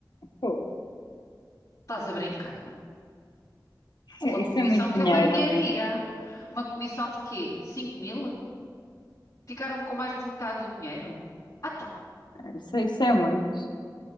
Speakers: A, on the left (about 80°); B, on the left (about 55°).
A: pô,
B: Estás a brincar?
A: isso
B: Uma
A: é
B: comissão
A: isso é muito
B: que
A: dinheiro.
B: é uma ninharia. Uma comissão de quê? Cinco mil? Ficaram com mais de metade do dinheiro? Ah, então,
A: Isso é, isso é muito.